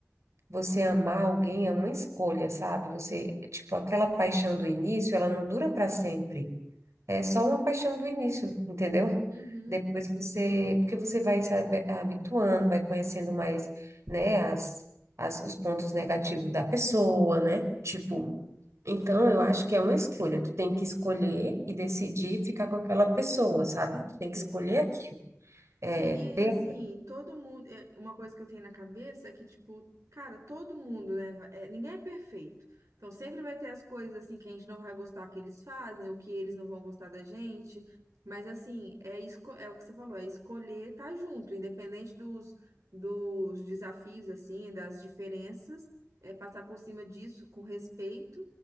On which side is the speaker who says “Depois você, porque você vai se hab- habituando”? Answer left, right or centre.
Right